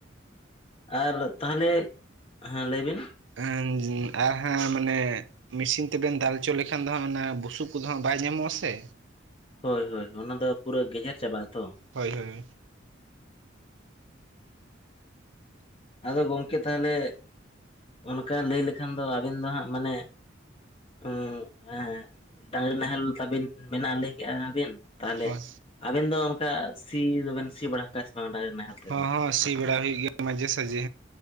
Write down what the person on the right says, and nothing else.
ᱮᱸᱜ ᱟᱦᱟ ᱢᱟᱱᱮ ᱢᱮᱥᱤᱱ ᱛᱮᱵᱮᱱ ᱫᱟᱞ ᱚᱪᱚ ᱞᱮᱠᱷᱟᱱ ᱫᱚ ᱦᱟᱸᱜ ᱚᱱᱟ ᱵᱩᱥᱩᱵ ᱠᱚᱫᱚ ᱦᱟᱸᱜ ᱵᱟᱭ ᱧᱟᱢᱚᱜᱼᱟᱥᱮ
ᱦᱳᱭ ᱦᱳᱭ
ᱦᱳᱭ
ᱦᱚ, ᱸ ᱦᱚᱸ ᱥᱤ ᱵᱟᱲᱟ ᱦᱩᱭᱩᱜ ᱜᱮᱭᱟ ᱢᱟᱡᱷᱮ ᱥᱟᱡᱷᱮ